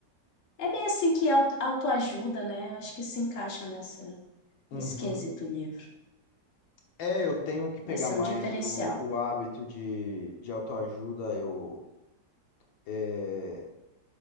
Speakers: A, on the left; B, on the left.
A: É meio assim que au- autoajuda, né? Eu acho que se encaixa nessa,
B: Uhum.
A: nesse quesito livro.
B: É, eu tenho que pegar
A: Vai ser
B: mais
A: um diferencial.
B: o, o hábito de, de autoajuda. Eu. é,